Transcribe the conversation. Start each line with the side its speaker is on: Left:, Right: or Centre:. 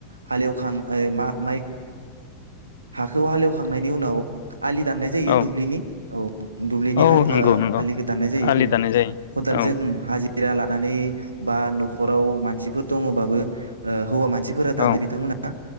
Right: हालेवखां माइ हाखौ हालेवखां नायनि उनाव आलि दानाय जायो
Left: औ
Right: दुब्लिनि औ दुब्लिनि
Left: औ
Right: आलिखौ
Left: नंगौ नंगौ
Right: दानाय
Left: आलि
Right: उम जायो
Left: दानाय
Right: खदालजों
Left: औ
Right: हाजिरा लानानै बा न'खराव मानसिफोर दङबाबो हौवा मान नसिफोरा दानो
Left: औ
Right: बिथांमोनहा